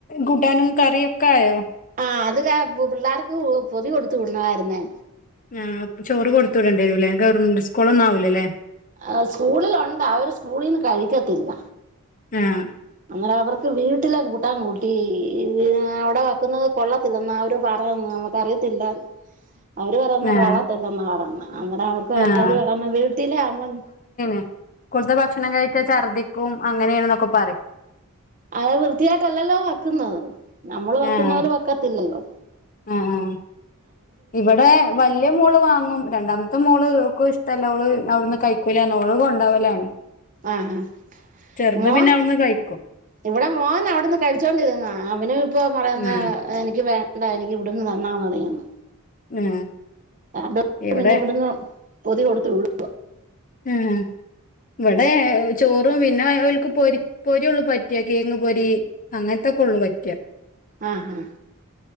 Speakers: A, on the left; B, on the right.
A: കൂട്ടാനും കറിയൊക്കെ ആയോ
B: ആഹ് അത് രാ പിള്ളേർക്ക് പൊതി കൊടുത്ത് വിടണാമായിരുന്നേ
A: ആഹ് ചോറ് കൊടുത്ത് വിടണ്ടി വരൂല്ലേ ഗവർമെന്റ് സ്കൂളൊന്നും ആവൂലല്ലേ
B: ആഹ് സ്കൂളിലൊണ്ട് അവര് സ്കൂളീന്ന് കഴിക്കത്തില്ല
A: ആഹ്
B: അങ്ങനെ അവർക്ക് വീട്ടിലെ കൂട്ടാൻ കൂട്ടി വീ അവിടെ വെക്കുന്നത് കൊള്ളത്തില്ലെന്നാ അവര് പറയുന്നെ നമു ക്കറിയത്തില്ല
A: <inaudible>
B: അവര് പറയുന്ന
A: ആഹ്
B: കൊള്ളത്തില്ലന്ന പറയുന്ന അങ്ങനെ അവർക്ക്
A: ആഹ്
B: അവര് പറയുന്ന വീട്ടിലെ ആവുമ്പം
A: സ്‌കൂൾത്തെ ഭക്ഷണം കഴിച്ചാ ഛർദ്ദിക്കും അങ്ങനേണന്നൊക്കെ പറയും
B: അത് വൃത്തിയായിട്ടല്ലല്ലോ വെക്കുന്നത് നമ്മള് വെക്കുന്ന
A: ആഹ്
B: പോലെ വെക്കത്തില്ലല്ലൊ
A: ആഹ് ആഹ് ഇവിടെ വ വലിയ മോള് വാങ്ങും രണ്ടാമത്തെ മോള് ഓക്ക് ഇഷ്ടല്ല അവള് അവിടുന്ന് കഴിക്കൂല പറഞ്ഞ് ഓള് കൊണ്ടോവലാണ്
B: ആഹ്
A: ചെർത്
B: മോൻ
A: പിന്നെ അവിട്ന്ന് കഴി
B: ഇവിടെ മോൻ അവിടുന്ന് കഴിച്ചോണ്ടിരുന്നതാ അവനും ഇപ്പൊ പറയുന്നെ
A: ഉം
B: എനിക്ക് വേ ണ്ടാ എനിക്ക് ഇവിടുന്ന് തന്നാ മതിയന്ന്
A: ഉം
B: അതോണ്ട്
A: ഇവിടെ
B: പിന്നെ ഇവിടുന്ന് പൊതി കൊടുത്ത് വിടും
A: ഏഹ് ഇവിടെ ചോറും പിന്നെ ഓൽക്ക് പൊരി പൊരി ഒള്ളു പറ്റാ കേങ്ങ് പൊരി അങ്ങൻത്തെക്കൊള്ളൂ പറ്റിയ
B: ആഹ് ആഹ്